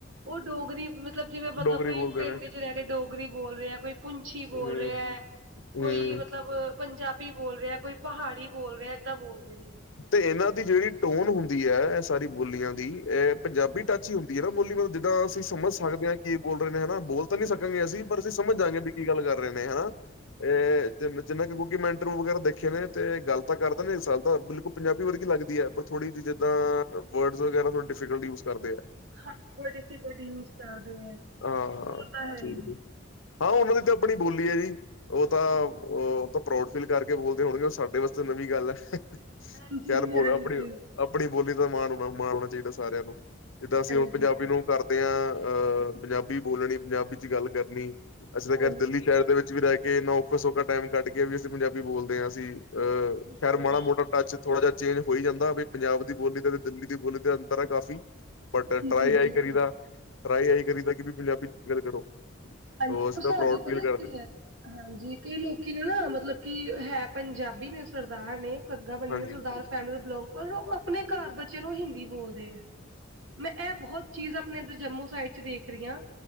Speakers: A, on the right; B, on the left.
A: ਉਹ ਡੋਗਰੀ ਮਤਲਬ ਜਿਵੇਂ ਮਤਲਬ
B: ਡੋਗਰੀ
A: ਕੋਈ
B: ਬੋਲਦੇ
A: ਪਿੰਡ
B: ਨੇ
A: 'ਚ ਰਹਿ ਕੇ ਡੋਗਰੀ ਬੋਲ ਰਿਹਾ ਕੋਈ ਪੁੰਛੀ ਬੋਲ
B: ਹੂੰ
A: ਰਿਹਾ, ਕੋਈ
B: ਹੂੰ
A: ਮਤਲਬ ਮਤਲਬ ਪੰਜਾਬੀ ਬੋਲ ਰਿਹਾ, ਕੋਈ ਪਹਾੜੀ ਬੋਲ ਰਿਹਾ ਏਦਾਂ ਬੋਲਦੇ ਨੇ।
B: ਤੇ ਇਹਨਾਂ ਦੀ ਜਿਹੜੀ ਟੋਨ ਹੁੰਦੀ ਐ ਇਹ ਸਾਰੀ ਬੋਲੀਆਂ ਦੀ ਇਹ ਪੰਜਾਬੀ ਟੱਚ ਹੀ ਹੁੰ ਹੁੰਦੀ ਆ ਬੋਲੀ ਮਲਬ ਜਿੱਦਾਂ ਅਸੀਂ ਸਮਝ ਸਕਦੇ ਆ ਕੀ ਬੋਲ ਰਹੇ ਨੇ ਹਨਾ ਬੋਲ ਤਾਂ ਨੀ ਸਕਾਂਗੇ ਅਸੀਂ ਪਰ ਅਸੀਂ ਸਮਝ ਜਾਗੇ ਵੀ ਕੀ ਗੱਲ ਕਰ ਰਹੇ ਨੇ ਹਨਾ। ਇਹ ਜਿਵੇਂ ਜਿੰਨਾ ਕਿਉਕਿ ਮੈਂ ਇੰਟਰਵਿਊ ਵਗੈਰਾ ਦੇਖੇ ਨੇ ਤੇ ਗੱਲ ਤਾਂ ਕਰਦੇ ਨੇ ਇਸ ਸੱਲ ਤਾਂ ਬਿਲਕੁਲ ਪੰਜਾਬੀ ਵਰਗੀ ਲੱਗਦੀ ਏ ਪਰ ਥੋੜ੍ਹੀ ਜੀ ਜਿੱਦਾਂ ਵਰਡਸ ਵਗੈਰਾ ਥੋੜ੍ਹੇ ਡਿਫੀਕਲ ਯੂਜ ਕਰਦੇ ਆ।
A: ਹਾਂਜੀ ਬਹੁਤ ਡਿਫੀਕਲਟ ਯੂਜ ਕਰਦੇ ਆ,
B: ਹਾਂ
A: ਉਹ ਤਾਂ ਹੈ
B: ਠੀਕ
A: ਈ।
B: ਠੀਕ ਹਾਂ ਉਹਨਾਂ ਦੀ ਤਾਂ ਆਪਣੀ ਬੋਲੀ ਐ ਜੀ। ਉਹ ਤਾਂ, ਉਹ ਤਾਂ ਪਰਾਉਡ ਫੀਲ ਕਰਕੇ ਬੋਲਦੇ ਹੋਣਗੇ ਉਹ ਸਾਡੇ ਵਾਸਤੇ ਨਵੀਂ ਗੱਲ ਐ। ਖਿਆਲ
A: ਹਾਂਜੀ ਹਾਂਜੀ
B: ਬੋਲ ਆਪਣੀ, ਆਪਣੀ ਬੋਲੀ ਦਾ ਮਾਣ ਮਾਣ ਹੋਣਾ ਚਾਹੀਦਾ ਸਾਰਿਆਂ ਨੂੰ। ਜਿੱਦਾਂ ਅਸੀਂ
A: ਹਾਂਜੀ
B: ਹੁਣ ਪੰਜਾਬੀ
A: ਹਾਂਜੀ
B: ਨੂੰ ਕਰਦੇ ਆ ਅਹ ਪੰਜਾਬੀ ਬੋਲਣੀ ਪੰਜਾਬੀ 'ਚ ਗੱਲ ਕਰਨੀ। ਅਸੀਂ ਤਾਂ
A: ਬਿਲਕੁਲ
B: ਖੈਰ ਦਿੱਲੀ ਸ਼ਹਿਰ ਦੇ ਵਿੱਚ ਵੀ ਰਹਿ ਕੇ ਇੰਨਾ ਔਖਾ-ਸੌਖਾ ਟਾਈਮ ਕੱਢ ਕੇ ਵੀ ਅਸੀਂ ਪੰਜਾਬੀ ਬੋਲਦੇ ਆ ਅਸੀਂ- ਅ,
A: ਬਿਲਕੁਲ
B: ਖੈਰ ਮਾੜਾ ਮੋ ਟੱਚ ਥੋੜਾ ਜਾ ਚੇਂਜ ਹੋਈ ਜਾਂਦਾ ਵੀ ਪੰਜਾਬ ਦੀ ਬੋਲੀ ਤੇ ਤੇ ਦਿੱਲੀ ਦੀ ਬੋਲੀ ਤੇ ਅੰਤਰ ਆ ਕਾਫੀ। ਬਟ
A: ਬਿਲਕੁਲ।
B: ਟਰਾਈ ਆਈ ਕਰੀਦਾ, ਟਰਾਈ ਆਈ ਕਰੀ ਦਾ ਕਿ ਤੁਸੀਂ ਪੰਜਾਬੀ 'ਚ ਗੱਲ ਕਰੋ।
A: ਹਾਂਜੀ,
B: ਸੋ ਅਸੀਂ ਤਾਂ
A: ਸਾਡੇ
B: ਪ੍ਰਾਊਡ
A: ਪਤਾ
B: ਫੀਲ ਕਰਦੇ
A: ਕੀ ਏ, ਹਾਂਜੀ ਕਈ ਲੋਕ ਲੋਕੀ ਨੇ ਨਾ ਮਤਲਬ ਕਿ ਹੈ ਪੰਜਾਬੀ ਨੇ ਸਰਦਾਰ ਨੇ ਪੱਗਾਂ ਬੰਨਿਆ
B: ਹਾਂਜੀ
A: ਸਰਦਾਰ ਫੈਮਲੀ ਨੂੰ ਬਿਲੋਂਗ ਪਰ ਉਹ ਆਪਣੇ ਘਰ ਬੱਚਿਆਂ ਨੂੰ ਹਿੰਦੀ ਬੋਲਦੇ ਆ। ਮੈਂ ਐ ਬੋਹਤ ਚੀਜ਼ ਆਪਣੇ ਏਦਰ ਜੰਮੂ ਸਾਈਡ ਚ ਦੇਖ ਰਈ ਆਂ